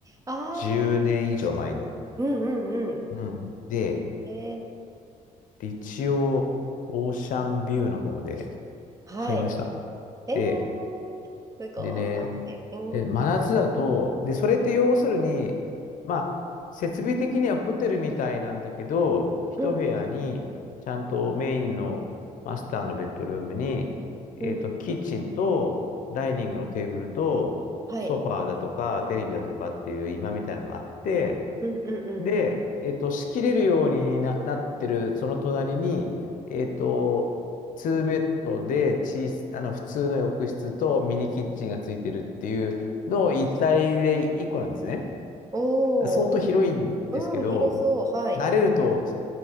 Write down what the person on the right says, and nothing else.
ああ、
うんうんう
ん。えー、
はい。
えー、
すごい。
うん、
う
ん、
うん、
はい。
うんうんうん。
おお、
うんうんうんおー。うん広そう。はい。